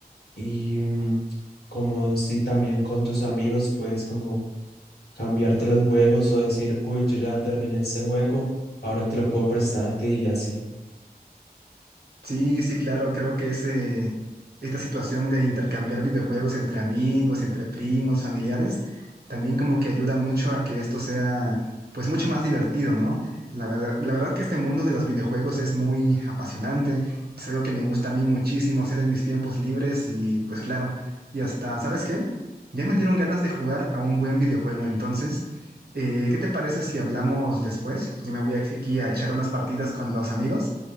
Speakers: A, on the left; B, on the right.
A: y mm, como si también con tus amigos puedes como cambiarte los juegos o decir, uy, yo ya terminé este juego, ahora te lo puedo prestar a ti y así.
B: Sí, sí, claro, creo que ese, esta situación de intercambiar videojuegos entre amigos, entre primos, familiares, también como que ayuda mucho a que esto sea, pues, mucho más divertido, ¿no? La verdad, la verdad que este mundo de los videojuegos es muy apasionante, es algo que me gusta a mí muchísimo hacer en mis tiempos libres y, pues, claro, y hasta, ¿sabes qué? Ya me dieron ganas de jugar a un buen videojuego, entonces, eh, ¿qué te parece si hablamos después? Yo me voy aquí a echar unas partidas con los amigos.